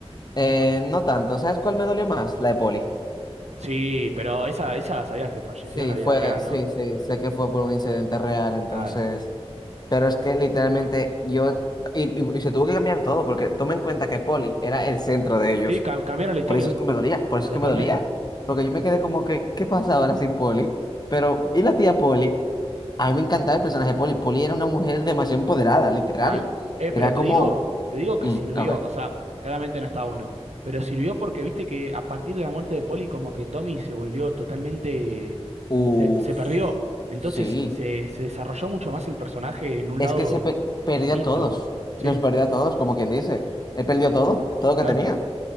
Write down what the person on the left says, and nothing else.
Eh,
no tanto. ¿Sabes cuál me dolió más? La de Poli.
Sí,
fue,
sí,
sí, sé que fue por un incidente real, entonces.
Pero es que literalmente yo. Y, y- y se tuvo que cambiar todo, porque toma en cuenta que Poli era el centro de ellos.
Por eso es que me dolía, por eso
es que me dolía. Porque yo me quedé como que, ¿qué pasa ahora sin Poli? Pero, ¿y la tía Poli? A mí me encantaba el personaje de Polly. Polly era una mujer demasiado empoderada, literal.
Era
como,
mm,
a ver,
uff,
sí,
es
que se pe- perdió
a todos,
los perdió a todos, como quien dice. Él perdió todo, todo
que tenía.